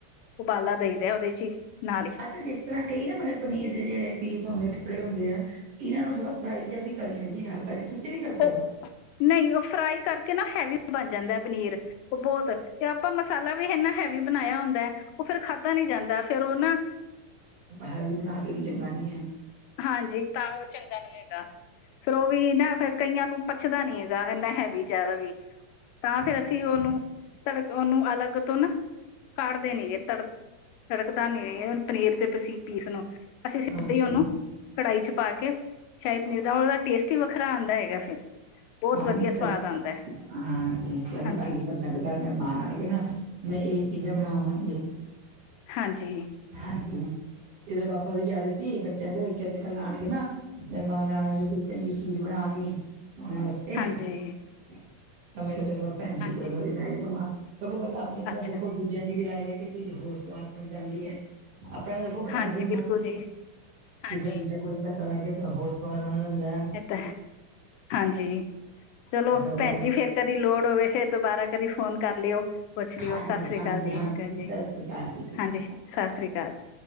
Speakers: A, on the left (about 85°); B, on the right (about 45°).
A: ਉਬਾਲਾ ਦੇਈ ਦ ਉਹਦੇ ਚ ਹੀ, ਨਾਲ ਹੀ
B: ਅੱਛਾ ਜਿਸ ਤਰ੍ਹਾਂ ਕਈ ਨਾ ਮਤਲਬ ਪਨੀਰ ਦੇ ਜਿਹੜੇ ਪੀਸ ਹੁੰਦੇ ਟੁਕੜੇ ਹੁੰਦੇ ਆ। ਇਹਨਾਂ ਨੂੰ ਥੋੜਾ ਫਰਾਈ ਜਿਹਾ ਵੀ ਕਰ ਲੈਂਦੇ ਆ, ਹਲਕਾ ਜਿਹਾ ਤੁਸੀਂ ਵੀ ਕਰਦੇ
A: ਉਹ
B: ਹੋ।
A: ਨਹੀਂ ਉਹ ਫਰਾਈ ਕਰਕੇ ਨਾ ਹੈਵੀ ਬਣ ਜਾਂਦਾ ਪਨੀਰ, ਉਹ ਬਹੁਤ ਤੇ ਆਪਾਂ ਮਸਾਲਾ ਵੀ ਇਨਾ ਹੈਵੀ ਬਣਾਇਆ ਹੁੰਦਾ। ਉਹ ਫੇਰ ਖਾਧਾ ਨੀ ਜਾਂਦਾ ਫੇਰ ਉਹ ਨਾ,
B: ਹੈ ਵੀ ਬਣਾ ਕੇ ਵੀ ਚੰਗਾ ਨੀ ਹੈ।
A: ਹਾਂਜੀ ਤਾਂ ਉਹ ਚੰਗਾ ਨੀ ਹੈਗਾ। ਫੇਰ ਉਹ ਵੀ ਨਾ ਫਿਰ ਕਈਆਂ ਨੂੰ ਪੱਚਦਾ ਨੀ ਹੈਗਾ ਇੰਨਾ ਹੈਵੀ, ਵੀ ਜ਼ਿਆਦਾ ਵੀ, ਤਾਂ ਫੇਰ
B: ਅੱਛਾ
A: ਅਸੀਂ ਉਹਨੂੰ ਤੜਕ ਉਹਨੂੰ ਅਲੱਗ ਤੋਂ ਨਾ ਕੱੜਦੇ ਨਹੀਂ ਤੜਕ ਤੜਕਦਾ ਨੀ ਹੁ ਪਨੀਰ ਤੇ ਪੀਸ ਪੀਸ ਨੂੰ, ਅਸੀਂ ਸਿੱਧੇ
B: ਹਾਂਜੀ
A: ਹੀ ਉਹਨੂੰ ਕੜਾਹੀ ਚ ਪਾ ਕੇ ਸ਼ਾਹੀ ਪਨੀਰ ਦਾ ਉਹਦਾ ਟੇਸਟ ਹੀ ਵੱਖਰਾ ਆਦਾ ਹੈਗਾ ਫਿਰ, ਬਹੁਤ
B: ਹਾਂਜੀ-ਹਾਂਜੀ
A: ਵਧੀਆ ਸਵਾਦ ਆਂਦਾ
B: ਚਲੋ
A: ਹਾਂਜੀ
B: ਪੰਜ, ਸਾਡੇ ਘਰ ਮੈਂ ਮਹਿਮਾਨ ਆਣ ਗੇ ਨਾ ਮੈਂ ਇਹੀ ਚੀਜ਼ਾਂ ਬਣਾਵਾਂਗੇੇ।
A: ਹਾਂਜੀ,
B: ਹਾਂਜੀ ਇਹਦੇ ਪਾਪਾ ਵੀ ਕਹਿ ਰਹੇ ਸੀ, ਬੱਚਿਆਂ ਦੇ ਕਹਿੰਦੇ ਕੱਲ ਆਉਣਗੇ ਨਾ। <unintelligible> ਕੋਈ ਚੰਗੀ ਚੀਜ਼ ਬਣਾ ਲਈ ਉਹ ਵਾਸਤੇ,
A: ਹਾਂਜੀ
B: ਮੈਂ ਕਿਹਾ ਚਲੋ ਮੈਂ ਭੈਣ ਜੀ
A: ਹਾਂਜੀ
B: ਰਹਿ ਲਵਾਂ ਕੋਈ ਬੰਦਾ, ਤਾਂ
A: ਅੱਛਾ
B: ਦੇਖੋ
A: ਜੀ
B: ਦੂਜਿਆਂ ਦੀ ਵੀ ਰਾਏ ਲੈ ਕੇ ਚੀਜ਼ ਹੋਰ ਸਵਾਦ ਬਣ ਜਾਂਦੀ ਹੈ। ਆਪ ਵੀ ਦੇਖੋ ਬਣਾਦੇ
A: ਹਾਂਜੀ
B: ਈ ਹਾਂ
A: ਬਿਲਕੁਲ ਜੀ ਹਾਂਜੀ
B: ਕਿਸੇ ਦੂਜੇ ਕੋਈ। ਪਤਾ ਲੱਗੇ ਤਾਂ ਹੋਰ ਸਵਾਦ ਆ ਜਾਂਦਾ ਹੈ।
A: ਇਹ ਤਾਂ ਹਾਂਜੀ ਚਲੋ
B: ਹੋਰ
A: ਭੈਣ ਜੀ ਫੇਰ ਕਦੀ ਲੋੜ ਹੋਵੇ ਫਿਰ ' ਦੁਬਾਰਾ ਕਦੀ ਫੋਨ ਕਰ ਲਿਓ ਪੁੱਛ ਲਿਓ
B: ਹਾਂਜੀ
A: ਸਤਿ ਸ੍ਰੀ
B: ਹਾਂਜੀ
A: ਅਕਾਲ ਜੀ
B: ਹਾਂਜੀ ਸਤਿ
A: ਜੀ
B: ਸ੍ਰੀ ਅਕਾਲ ਜੀ ਸਤਿ ਸ੍ਰੀ
A: ਹਾਂਜੀ
B: ਅਕਾਲ
A: ਸਤਿ ਸ੍ਰੀ ਅਕਾਲ ਜੀ